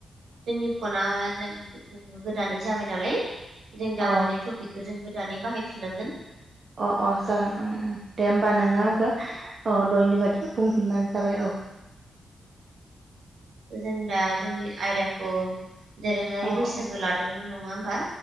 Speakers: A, on the right (about 85°); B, on the right (about 45°).
A: जोंनि फना जों जों गोदानै जाबाय नालाय जों दा
B: अ
A: माने टपिकखौ जों गोदानै बाहायफिननांगोन
B: अ अ जागोन उम उम दे होमबा नोङो
A: औ
B: आंखो अ दहायनियबादि बुंफिनबानो जाबाय औ
A: जों दा जोंनि आयदाखौ दोरोङारि
B: औ
A: बैसागो
B: औ
A: लादोंमोन नङा होमबा